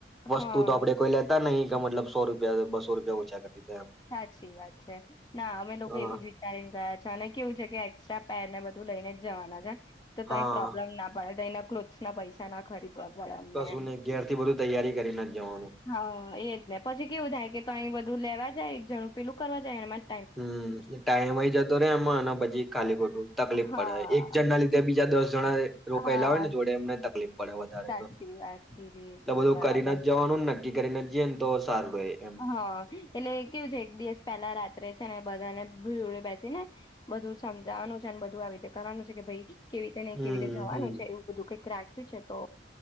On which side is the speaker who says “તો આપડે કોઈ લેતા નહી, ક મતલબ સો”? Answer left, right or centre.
Centre